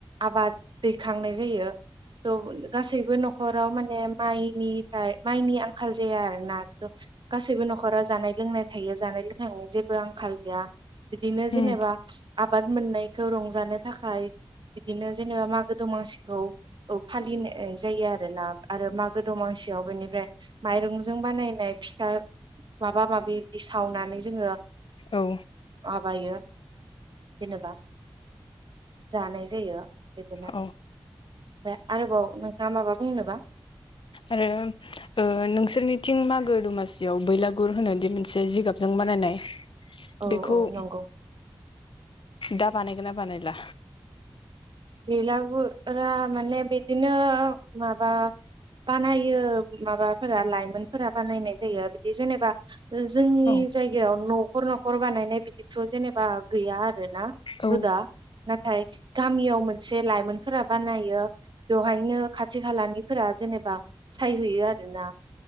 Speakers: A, on the right; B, on the left.
A: आबाद दैखांनाय जायो थ गासैबो न'खराव माने माइनिफ्राय माइनि आंखाल जाया आरोना थ गासैबो न'खराव जानाय लोंनाय थायो जानाय लोंनायनि जेबो आंखाल गैया बिदिनो जेनेबा
B: उम
A: आबाद मोननायखौ रंजानो थाखाय बिदिनो जेनेबा मागो दमासिखौ फालिनाय जायो आरोना आरो मागो दमासियाव बेनिफ्राय माइरंजों बानायनाय फिथा माबा माबि बिदि सावनानै जोङो
B: औ
A: माबायो जेनेबा जानाय जायो बिदिनो ओमफ्राय
B: औ
A: आरोबाव नोंथाङा माबा बुंनोबा
B: आरो नोंसोरनिथिं मागो दमासियाव बैलागुर होनोदि मोनसे जिगाबजों बानायनाय
A: औ
B: बेखौ
A: औ नंगौ
B: दा बानायगोन ना बानायला
A: बेलागुरा माने बिदिनो माबा बानायो माबाफोरा लाइमोनफोरा बानायनाय जायो बिदि जेनेबा जोंनि
B: औ
A: जायगायाव न' न'खर न'खर बानायनाय बिदिथ' जेनेबा गैया आरो ना
B: उम
A: हुदा नाथाय गामियाव मोन मोनसे लाइमोनफोरा बानायो बेवहायनो खाथि खालानिफोरा जेनेबा सायहैयो आरोना